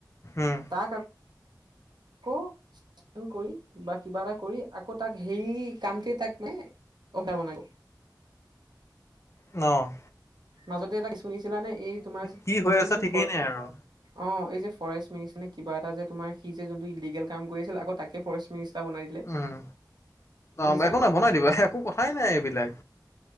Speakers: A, on the left; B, on the right.
A: উম
B: তাক আকৌ কৰি বা কিবা এটা কৰি আকৌ তাক হেই কামটোৱে তাক মে <unintelligible>
A: ন',।
B: মাজতে এটা কেছ শুনিছিলা নে? এই তোমাৰ যে
A: কি হৈ
B: এই
A: আছে
B: যে
A: ঠিকেই
B: ফ
A: নাই আৰু
B: অ', এই যে ফৰেষ্ট মিনিষ্টাৰনে কিবা এটা, যে তোমাৰ, সি যে যোনটো ইলিগেল কাম কৰিছিল, আৰু তাকে ফৰেষ্ট মিনিষ্টাৰ বনাই দিলে
A: উম। অ',
B: শুনিছানে?
A: একো নহই বনাই দিবা। একো কথাই নাই এইবিলাক।